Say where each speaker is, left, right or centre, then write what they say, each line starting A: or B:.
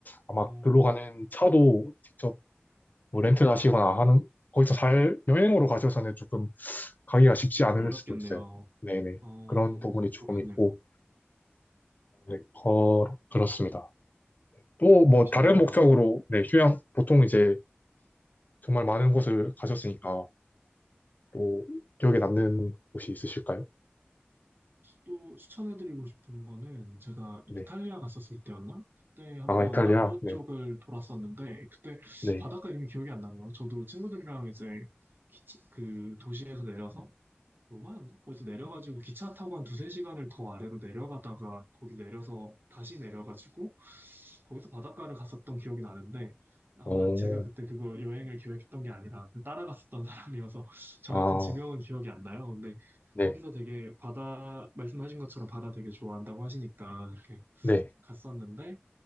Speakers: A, on the left (about 45°); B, on the right (about 55°).
A: 아마
B: 어,
A: 글로 가는 차도 직접 뭐 렌트 가시거나 하는, 거기서 살, 여행으로 가셔서는 조금 가기가 쉽지 않을
B: 근데 어렵겠네요.
A: 수도 있어요. 네네.
B: 어,
A: 그런 부분이 조금
B: 그렇겠네요.
A: 있고, 네, 거, 그렇습니다. 또
B: 어,
A: 뭐
B: 되게 신기하네요.
A: 다른 목적으로, 네, 휴양, 보통 이제 정말 많은 곳을 가셨으니까 또 기억에 남는 곳이 있으실까요?
B: 또 추천해드리고 싶은 거는 제가
A: 네.
B: 이탈리아 갔었을 때였나? 그때 한번
A: 아, 이탈리아?
B: 남부
A: 네.
B: 쪽을 돌았었는데 그때
A: 네.
B: 바닷가 이름이 기억이 안 나네요. 저도 친구들이랑 이제 기차- 그 도시에서 내려서 로마였나? 거기서 내려가지고 기차 타고 한 두세 시간을 더 아래로 내려가다가 거기 내려서 다시 내려가지고 거기서 바닷가를 갔었던 기억이 나는데 아마
A: 어,
B: 제가 그때 그거 여행을 계획했던 게 아니라 그 따라갔었던 사람이어서 <laughs> 정확한
A: 아,
B: 지명은 기억이 안 나요. 근데
A: 네.
B: 거기서 되게 바다, 말씀하신 것처럼 바다 되게 좋아한다고 하시니까 이렇게
A: 네.
B: 갔었는데